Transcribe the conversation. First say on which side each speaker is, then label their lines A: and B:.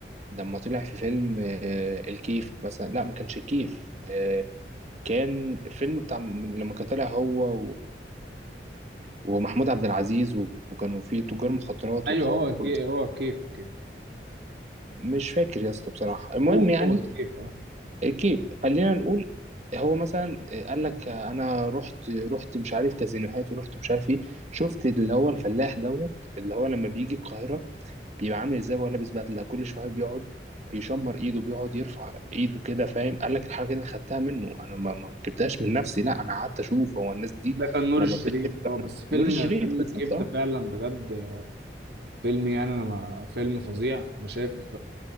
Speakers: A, on the right; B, on the right.
A: لما طلع في فيلم آه، الكيف مثلا لا ما كانش الكيف آه، كان فيلم بتاع لما كان طالع هو ومحمود عبد العزيز وكانوا في تجار مخدرات
B: ايوه
A: والحوار
B: هو
A: ده
B: الكي...
A: كله
B: هو الكيف الكيف
A: مش فاكر يا اسطى بصراحة المهم
B: هو
A: يعني
B: هو الكيف اه
A: كيف خلينا نقول هو مثلا قال لك انا رحت رحت مش عارف كازينوهات ورحت مش عارف ايه شفت اللي هو الفلاح دوت اللي هو لما بيجي القاهرة بيبقى عامل ازاي وهو لابس بدلة كل شوية بيقعد بيشمر ايده بيقعد يرفع ايده كده فاهم قال لك الحركة دي أنا خدتها منه انا ما ما جبتهاش من نفسي لا انا قعدت اشوف هو الناس دي
B: ده كان نور
A: لما
B: الشريف
A: بتشتري
B: اه بس فيلم
A: نور الشريف
B: فيلم
A: بالظبط
B: الكيف ده فعلا بجد فيلم يعني انا ما... فيلم فظيع انا شايف